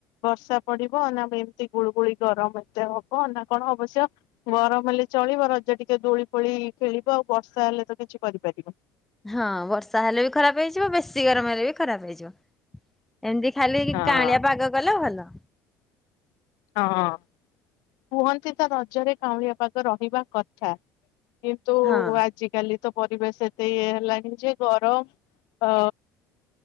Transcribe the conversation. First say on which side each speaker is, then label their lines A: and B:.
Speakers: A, on the left; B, in the centre.
A: ବର୍ଷା ପଡିବ ନା ଏମତି ଗୁଳୁଗୁଳି ଗରମ ଏତେ ହବ। ନା କଣ ଅବଶ୍ୟ ଗରମ ହେଲେ ଚଳିବ ରଜ ଟିକେ ଦୋଳି ଫୋଳି ଖେଳିବ। ଆଉ ବର୍ଷା ହେଲେ ତ କିଛି କରିପାରିବନି।
B: ହଁ ବର୍ଷା ହେଲେ ବି ଖରାପ ହେଇଯିବ। ବେଶୀ ଗରମ ହେଲେ ବି ଖରାପ ହେଇଯିବ। ଏମିତି ଖାଲି
A: ହଁ
B: କାଁଳିଆ ପାଗ କଲେ ଭଲ।
A: ହଁ କୁହନ୍ତି ତ ରଜରେ କାଉଁଳିଆ ପାଗ ରହିବା କଥା। କିନ୍ତୁ
B: ହଁ।
A: ଆଜିକାଲି ତ ପରିବେଶ ଏତେ ଇଏ ହେଲାଣି ଯେ ଗରମ ଅ